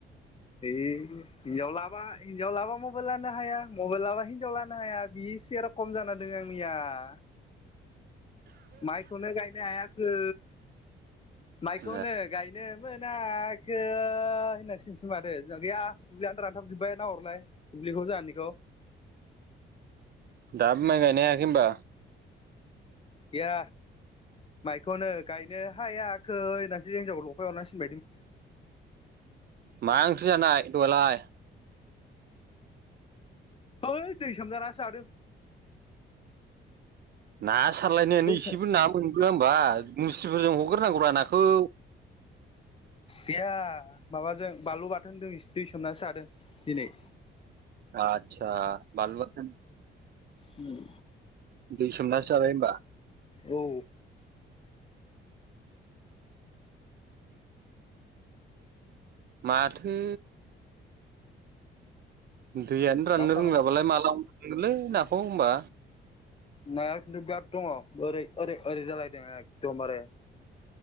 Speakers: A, on the left; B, on the right.
A: ए हिनजाव बा हिनजाव लाबा मबाइल लानो हाया मबाइल लाबा हिनजाव लानो हाया बिसा रखम जाना दंङ आंनिया। हा? माइखौनो गायनो हायाखै माइखौनो
B: ए
A: गायनो मोनाखै होननां सिगोनसो माथो जों गैया दुब्लियानोथ रानथाबजोब्बाय ना हरलाय। बिखौ जाहानिखौ।
B: दाबो माइ गायनो हायाखै होमबा?
A: गैया माइखौनो गायनो हायाखै होननासो हिनजावखौ लफाय हरना सि
B: मा ओंख्रि जानाय दहायलाय?
A: है दै सोमजाना सो जादों।
B: ना सारलायनायानो
A: दै
B: इसेबो
A: सोम
B: ना मोनबोआ होमबा मुस्रिफोरजों हग्रोनांगौ रा नाखौ। <inaudible>
A: गैया माबाजों बानलु बाथोनदों दै सोमनासो जादों दिनै।
B: आथसा बानलु बाथोन।
A: उम।
B: दै सोमनासो जाबाय होमबा?
A: औ।
B: माथो दैयानो राननो
A: मा खालाम
B: रोंलाबालाय माला हमनो मोनगोनलै नाखौ होमबा?
A: नाया खिन्थु बेराद दंङ ओरै ओरै ओरै जालायदों एखदमबारे